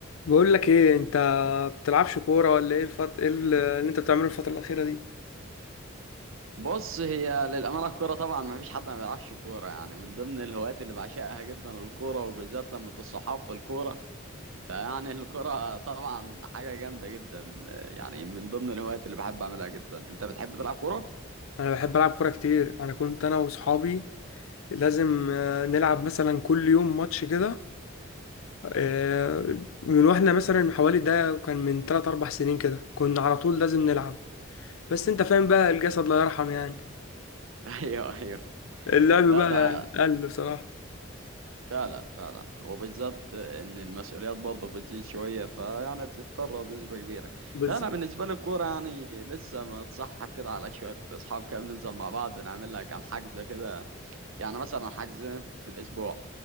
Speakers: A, on the left (about 80°); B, on the right (about 70°).
A: بقول لك ايه انت بتلعبش كوره ولا ايه الفت... ايه ال- اللي انت بتعمله الفتره الاخيره دي
B: بص هي للأمانة الكورة طبعا ما فيش حد ما بيلعبش كورة يعني من ضمن الهوايات اللي بعشقها جدا الكورة وبالذات لما الصحاب في الكورة فيعني الكورة طبعا حاجة جامدة جدا يعني من ضمن الهوايات اللي بحب أعملها جدا أنت بتحب تلعب كورة؟
A: انا بحب العب كوره كتير انا كنت انا واصحابي لازم آه، نلعب مثلا كل يوم ماتش كده آه، من واحنا مثلا حوالي ده كان من 3 4 سنين كده كنا على طول لازم نلعب بس انت فاهم بقى الجسد لا يرحم يعني
B: <laughs> أيوه أيوه
A: اللعب
B: لا
A: بقى
B: ده
A: قل بصراحه
B: فعلا فعلا وبالذات ان المسؤوليات برضه بتزيد شويه فيعني بتتفرغ بنسبه كبيره
A: بالظبط
B: لا انا بالنسبه لي الكوره يعني لسه متصاحب كده على شويه اصحاب كده بننزل مع بعض نعمل لها كام حجز كده يعني مثلا حجزين في الاسبوع